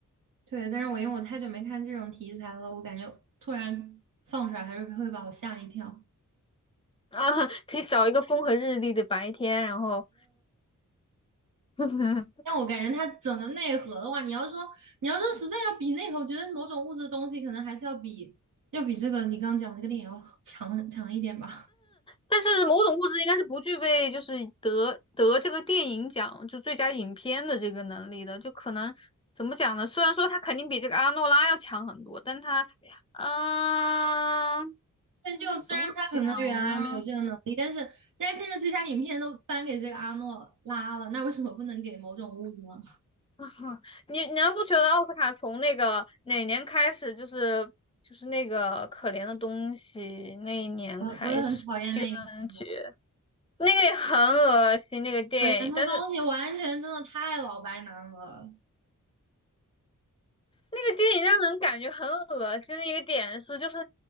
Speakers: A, on the right; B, on the left.
A: 对，但是我因为我太久没看这种题材了，我感觉突然放出来还是会把我吓一跳。
B: <laughs> 啊，可以找一个风和日丽的白天，然后 <laughs>
A: 但我感觉它整个内核的话，你要说你要说实在要比内核，我觉得某种物质的东西可能还是要比要比这个你刚讲这个电影要强强一点吧。
B: 但是某种物质应该是不具备就是得得这个电影奖就最佳影片的这个能力的，就可能怎么讲呢？虽然说他肯定比这个阿诺拉要强很多，但他，啊，
A: <laughs>
B: 嗯怎么讲呢？
A: 但就虽然他可能原来没有这个能力，但是但是现在最佳影片都颁给这个阿诺拉了，那为什么不能给某种物质呢？
B: <laughs> 你你难不觉得奥斯卡从那个哪年开始，就是就是那个可怜的东西那一年开始，
A: <laughs> 我我也很讨厌那一部
B: 居然觉那个也很恶心那个电影，
A: 可怜的东西完全真的太老白男了，
B: 但是那个电影让人感觉很恶心的一个点是，就是